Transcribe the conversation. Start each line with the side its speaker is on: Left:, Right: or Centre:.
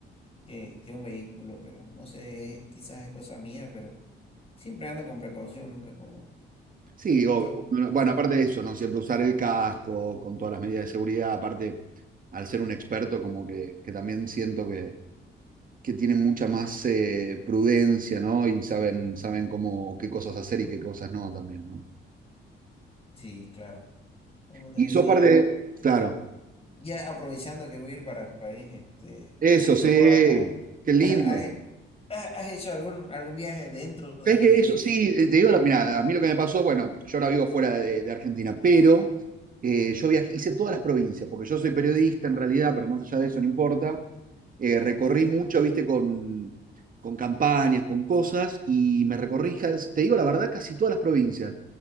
Left: que, que un vehículo, pero no sé, eh, quizás es cosa mía, pero siempre ando con precaución, nunca como,
Right: Sí,
Left: nunca
Right: obvio.
Left: como
Right: No, no,
Left: loco.
Right: Bueno, aparte de eso, ¿no? Siempre usar el casco con todas las medidas de seguridad. Aparte, al ser un experto, como que, que también siento que, que tienen mucha más eh, prudencia, ¿no? Y saben, saben cómo, qué cosas hacer y qué cosas no también, ¿no?
Left: Sí, claro. Como te
Right: Y
Left: decía,
Right: sos parte de... Claro,
Left: ya aprovechando que voy a ir para tu país, este,
Right: eso, sí,
Left: ¿tú ha- ha-
Right: qué lindo.
Left: ha- has, has hecho algún, algún viaje dentro de,
Right: ¿Sabés que
Left: de
Right: eso
Left: de tu
Right: sí,
Left: país?
Right: eh, te digo, la- mirá, a mí lo que me pasó, bueno, yo ahora vivo fuera de, de Argentina, pero eh, yo viajé, hice todas las provincias, porque yo soy periodista en realidad, pero más allá de eso no importa. Eh, recorrí mucho, viste, con, con campañas, con cosas, y me recorrí, ja- te digo la verdad, casi todas las provincias.